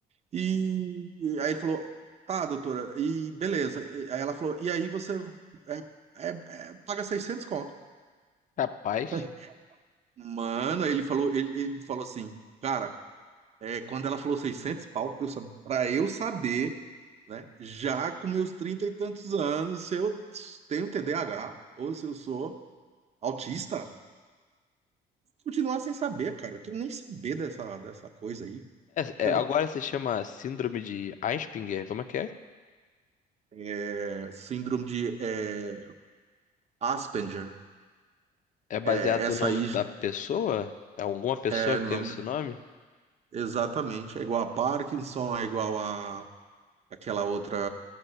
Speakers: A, on the right; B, on the left.
A: E, e aí ele falou, tá, doutora, e beleza. E- Aí ela falou, e aí você é, é- é, paga 600, conto.
B: Rapaz.
A: <laughs> Mano, aí ele falou, ele, ele falou assim, cara, é, quando ela falou 600, pau, pra eu, sa- pra eu saber, né, já com meus 30 e tantos anos, se eu tenho TDAH ou se eu sou autista, continuar sem saber, cara. Tem que nem saber dessa, dessa coisa aí,
B: É,
A: entendeu?
B: é, agora se chama Síndrome de Asperger, como é que é?
A: É, síndrome de é, Asperger.
B: É baseado
A: É, essa
B: no nome
A: aí
B: da pessoa? É alguma pessoa
A: é
B: que
A: no
B: teve
A: nome.
B: esse
A: da-
B: nome?
A: Exatamente. É igual a Parkinson, é igual a aquela outra.